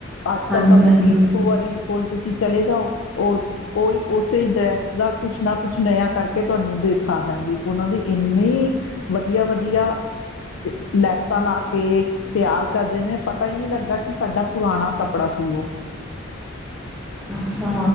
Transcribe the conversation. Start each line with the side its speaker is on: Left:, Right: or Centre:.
Centre: ਹਾਂਜੀ
Left: ਅੱਜ ਕੱਲ ਤਾਂ ਬੁਟੀਕ
Centre: ਹਾਂਜੀ
Left: ਕੋਵਾਲੀ ਤੁਸੀਂ ਚਲੇ ਜਾਓ ਉਹ ਉਹੀ ਉਸੇ ਡਰੈਸ ਦਾ ਕੁਛ ਨਾ ਕੁ ਕੁਛ ਨਯਾ ਕਰਕੇ ਤੁਹਾਨੂੰ ਦੇਖਾ ਦਾਂਗੀ ਉਹਨਾਂ ਦੀ ਇੰਨੀ ਵਧੀਆ ਵਧੀਆ ਆ ਲੈਸਾਂ ਲਾ ਕੇ ਤਿਆਰ ਕਰਦੇ ਨੇ ਨੇ ਪਤਾ ਹੀ ਨਹੀਂ ਲੱਗਦਾ ਕਿ ਸਾਡਾ ਪੁਰਾਣਾ ਕੱਪੜਾ ਸੀ ਉਹ
Centre: ਅੱਛਾ